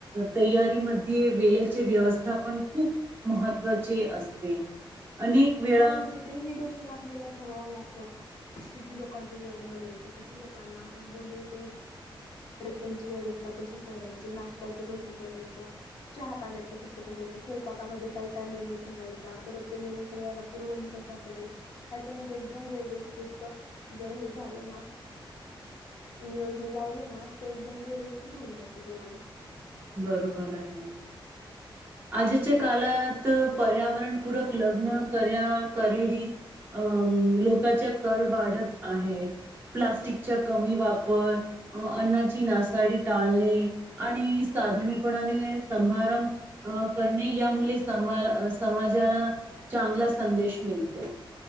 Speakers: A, on the right; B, on the left.
A: तयारीमध्ये वेळेचे व्यवस्थापन खूप महत्वाचे असते. अनेक वेळा
B: हो म्हणजे तेही बसून आपल्याला ठरवावं लागत. किती लोकांचं जेवण बनवायचं किती लोकांना आपण बोलवतो परत त्यांची व्यवस्था कशी करायची नाश्ता च कसं करायचं चहा पाण्याच कसं करायचं स्वयंपाकामध्ये काय काय मेनू ठेवायचा परत ते मेनू सगळ्या पुरवणी कसा पडेल ह्याच म्हणजे एकदम व्यवस्थित जर हे झालं ना नियोजन लावलं ना ते एकदम व्यवस्थित होऊन जात सगळ.
A: बरोबर आहे. आजीच्या काळात पर्यावरणपूरक लग्न कर्या करेडी अं लोकांच्या कल वाढत आहे. प्लास्टिकचा कमी वापर अन्नाची नासाडी टाळणे आणि साधणीपणाने सभारंभ अं करणे या मुले समा समाजाला चांगला संदेश मिळतो.